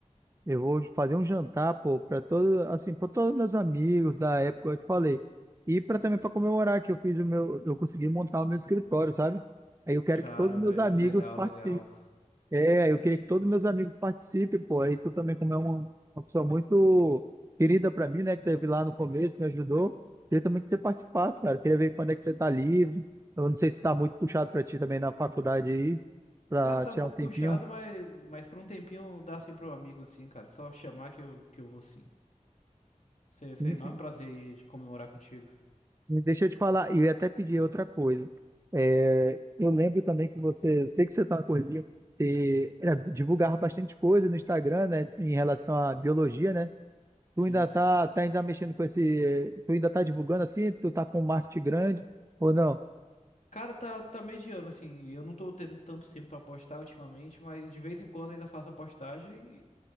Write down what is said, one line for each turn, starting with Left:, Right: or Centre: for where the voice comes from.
Right: Eu vou fazer um jantar, pô, para todo, assim, para todos meus amigos da época, eu te falei. E para também para comemorar que eu fiz o meu, eu consegui montar o meu escritório, sabe? Aí eu quero
Left: Cara,
Right: que todos meus
Left: velho,
Right: amigos
Left: legal,
Right: participem.
Left: legal.
Right: É, eu queria
Left: Ixi,
Right: que todos meus amigos participem, pô. Aí tu também, como é uma, uma pessoa muito querida para mim, né, que teve lá no começo, me ajudou. Queria também que você participasse, cara. Queria ver quando é que você tá livre. Eu não sei se tá muito puxado para ti também na faculdade aí, para
Left: cara, tá
Right: tirar
Left: um pouco
Right: um tempinho.
Left: puxado, mas, mas por um tempinho dá sempre um amigo, assim cara. Só chamar que eu, que eu vou sim. Seria- Foi
Right: Sim,
Left: um enorme
Right: sim.
Left: prazer de comemorar contigo.
Right: E Deixa eu te falar, e eu ia até pedir outra coisa. É, eu lembro também que você, sei que você está na correria, você é, divulgava bastante coisa no Instagram, né, em relação à biologia, né? Tu
Left: Sim,
Right: ainda
Left: sim.
Right: tá, tá ainda mexendo com esse, tu ainda tá divulgando assim, tu tá com um marketing grande ou não?
Left: Cara, tá, tá mediano, assim. Eu não tô tendo tanto tempo pra postar ultimamente, mas de vez em quando ainda faço a postagem e,